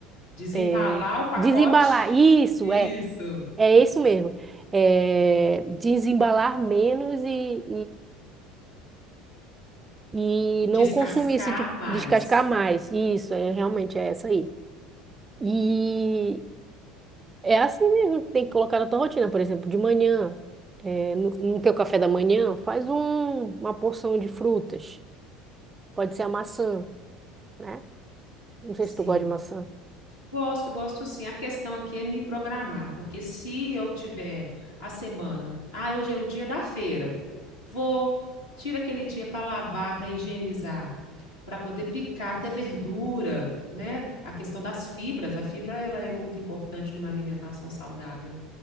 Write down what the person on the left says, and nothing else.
desembalar
o pacote,
isso,
descascar
mais.
Sim.
Gosto, gosto sim. A questão aqui é me programar, porque se eu tiver a semana, ah, hoje é o dia da feira, vou, tira aquele dia para lavar, para higienizar, para poder picar até verdura, né? A questão das fibras, a fibra ela é muito importante numa alimentação saudável.